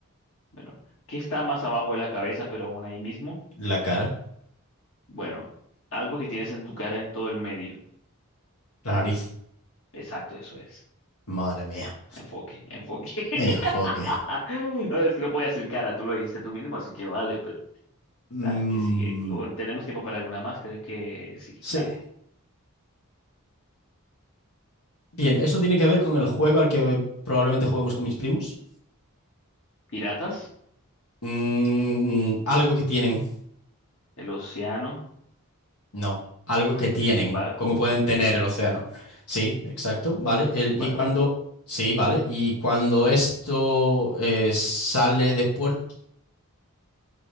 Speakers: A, on the left (about 60°); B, on the left (about 80°).
A: Bueno, ¿qué está más abajo de la cabeza, pero aún ahí mismo?
B: la cara,
A: Bueno, algo que tienes en tu cara en todo el medio.
B: la nariz.
A: Exacto, eso es.
B: Madre mía.
A: Enfoque, enfoque. <laughs>
B: Enfoque.
A: No, Es que no podía decir cara, tú lo dijiste tú mismo, así que vale, pero
B: Mm,
A: dale, que sí. eh, O, ¿Tenemos tiempo para alguna más? Creo que sí,
B: sí.
A: dale.
B: Bien, eso tiene que ver con el juego al que probablemente juguemos con mis primos.
A: ¿Piratas?
B: Mm, algo que tienen.
A: ¿El océano?
B: No, algo que tienen.
A: ¿El barco?
B: ¿Cómo pueden tener el océano? Sí, exacto, ¿vale?
A: ¿Es
B: El-
A: un
B: y
A: barco?
B: cuando... Sí, ¿vale? Y cuando esto eh, sale de puerto...